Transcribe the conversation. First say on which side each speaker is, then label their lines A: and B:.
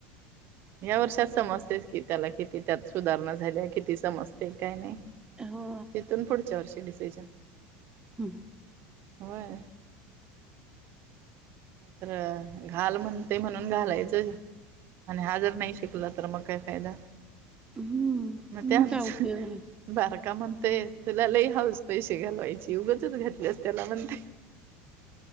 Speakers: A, on the right; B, on the right.
A: या वर्षात समजतेस की त्याला किती त्यात सुधारणा झाल्या किती समजते काय नाही.
B: हो
A: तिथून पुढच्या वर्षी डिसिजन.
B: हां.
A: होय नाही तर घाल म्हणते म्हणून घालायचं आणि हा जर नाही शिकला तर मग काय फायदा
B: हम्म
A: मग त्या आमच
B: काय उपयोग नाही
A: बारका म्हणते तुला लई हाऊस पैसे घालवायचे. ते उगचच घातल्यास त्याला म्हणतंय.